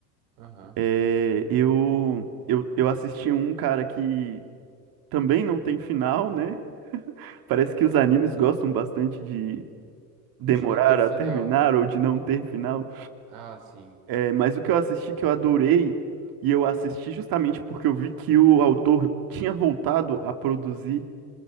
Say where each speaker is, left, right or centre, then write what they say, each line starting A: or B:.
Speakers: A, on the right; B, on the right.
A: Aham.
B: É, eu, eu, eu assisti um cara que também não tem final, né? Parece
A: uhum.
B: que os animes gostam bastante de demorar
A: De não ter final.
B: a terminar
A: né?
B: ou de não ter final.
A: Ah, sim.
B: É, mas o que eu assisti que eu adorei, e eu assisti justamente porque eu vi que o autor tinha voltado a produzir.